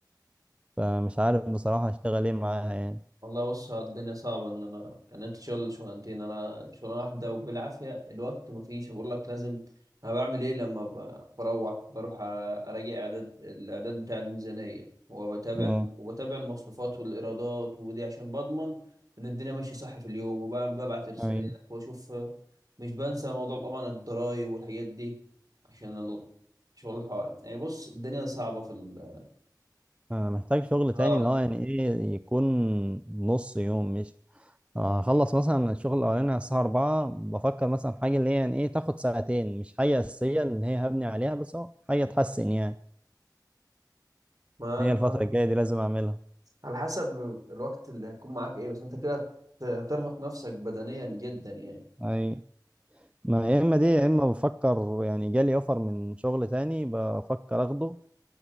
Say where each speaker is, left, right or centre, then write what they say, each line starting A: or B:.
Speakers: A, on the right; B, on the right.
A: فمش عارف بصراحه اشتغل ايه معاها يعني
B: والله بص ها الدنيا صعبة إن أنا إن أنت تشتغل شغلانتين أنا شغلانة واحدة وبالعافية الوقت مفيش أقول لك لازم أنا بعمل إيه لما ب- بروح بروح أ- أراجع إعداد الإعداد بتاع الميزانية وبتابع
A: اه
B: الم- وبتابع المصروفات والإيرادات ودي عشان بضمن إن الدنيا ماشية صح في اليوم وببعت رسالات
A: ايوه
B: وأشوف مش بنسى موضوع طبعا الضرايب والحاجات دي عشان ال- شغل الحوائط يعني بص الدنيا صعبة في ال
A: أنا محتاج شغل تاني
B: آه
A: اللي هو يعني ايه يكون نص يوم مش آه، هخلص مثلا الشغل الاولاني على الساعه 4 بفكر مثلا في حاجه اللي هي يعني ايه تاخد ساعتين مش حاجه اساسيه اللي هي هبني عليها بس هو حاجه تحسن يعني
B: ما
A: هي
B: أنت
A: الفتره الجايه دي لازم اعملها
B: على حسب الوقت اللي هيكون معاك ايه بس انت كده هت- هترهق نفسك بدنيا جدا يعني
A: ايوه ما يا اما دي يا اما بفكر يعني جالي اوفر من شغل تاني بفكر اخده